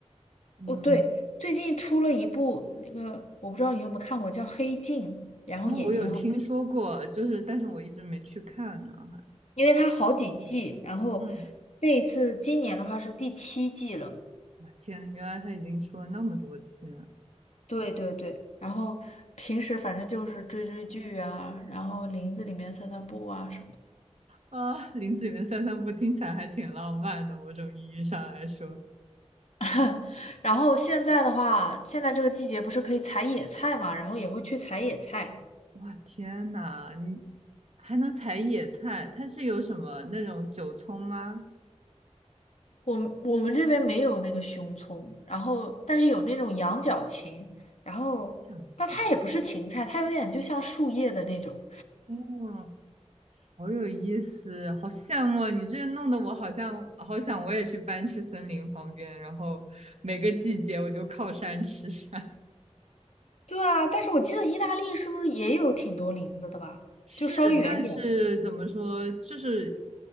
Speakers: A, on the right; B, on the left.
A: 嗯，
B: 哦，对，最近出了一部那个，我不知道你有没有看过，叫《黑镜》，然后也挺好看
A: 啊，我有听说过，就是但是我一直没去看呢，还
B: 因为它好几季，然后
A: 嗯，
B: 这一次今年的话是第七季了。
A: 我天，原来他已经出了那么多季了。
B: 对对对，然后平时反正就是追追剧啊，然后林子里面散散步啊什么的。
A: 啊，林子里面散散步听起来还挺浪漫的，某种意义上来说，
B: <laughs> 然后现在的话，现在这个季节不是可以采野菜嘛，然后也会去采野菜。
A: 哇，天呐，你还能采野菜？它是有什么那种韭葱吗？
B: 我们我们这边没有那个熊葱，然后但是有那种羊角芹，然后但它也不是芹菜，
A: 想吃，
B: 它有点就像树叶的那种。
A: 哦，好有意思，好羡慕你，这弄得我好像好想我也去搬去森林旁边，然后每个季节我就靠山吃山。
B: 对啊，但是我记得意大利是不是也有挺多林子的吧？
A: 是，
B: 就稍微远一点。
A: 但是怎么说，就是